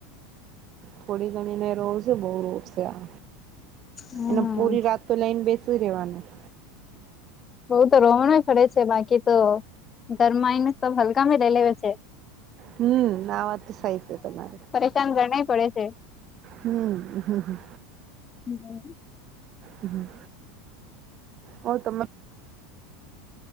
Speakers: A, on the right; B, on the left.
A: થોડી ઘણી રોડશે બહુ રોડશે આ
B: હમ
A: એનો પૂરી રાત તો લઇનને બેસી રહેવાનું.
B: બઉ તો રોહણ કરે છે, બાકી તો ગરમાં એને સબ હલકા મે રલ વ છે.
A: હું આ વાત તો સઈ છે, તમારે
B: નકાન જણ પડે છે.
A: હું, હું, હ
B: હું.
A: હું, હો તો